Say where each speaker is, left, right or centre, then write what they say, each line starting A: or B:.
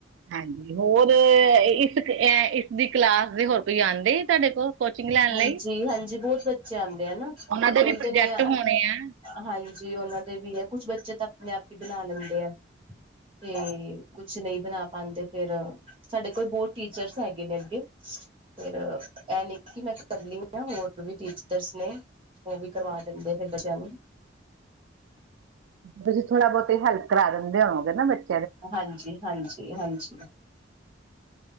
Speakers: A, on the right; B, on the right.
A: ਹਾਂਜੀ, ਹੋਰ ਇਸ, ਇਸਦੀ ਕਲਾਸ ਦੇ ਹੋਰ ਕੋਈ ਆਂਦੇ ਤੁਹਾਡੇ ਕੋਲ? ਕੋਚਿੰਗ ਲੈਣ
B: ਹਾਂਜੀ-ਹਾਂਜੀ,
A: ਲਈ
B: ਬਹੁਤ ਬੱਚੇ ਆਂਦੇ ਆ ਨਾ,
A: ਉਹਨਾਂ ਦੇ
B: ਹੁਣ
A: ਵੀ
B: ਤੇ
A: ਪ੍ਰੋਜੈਕਟ
B: ਨਹੀਂ
A: ਹੋਣੇ ਆ।
B: ਹਾਂਜੀ ਉਹਨਾਂ ਦੇ ਵੀ ਹੈ, ਕੁਛ ਬੱਚੇ ਤਾ ਆਪਣੇ-ਆਪ ਹੀ ਬਣਾ ਲੈਂਦੇ ਆ। ਤੇ, ਕੁਛ ਨਹੀਂ ਬਣਾ ਪਾਂਦੇ ਫਿਰ ਸਾਡੇ ਕੋਲ ਬਹੁਤ ਟੀਚਰਸ ਹੈਗੇ ਨੇ ਅੱਗੇ, ਫਿਰ ਇਹਨੀ ਮੈਂ ਕਰ ਰਹੀ ਹਾਂ, ਹੋਰ ਵੀ ਟੀਚਰਸ ਨੇ, ਉਹ ਵੀ ਕਰਵਾ ਦਿੰਦੇ ਫਿਰ ਬੱਚਿਆਂ ਨੂੰ।
A: ਤੁਸੀਂ ਥੋੜਾ-ਬਹੁਤ ਤੇ ਹੈਲਪ ਕਰਾ ਦਿੰਦੇ ਹੋਂਵੋਗੇ ਨਾ ਬੱਚ
B: ਹਾਂਜੀ-ਹਾਂਜੀ- ਹਾਂਜੀ।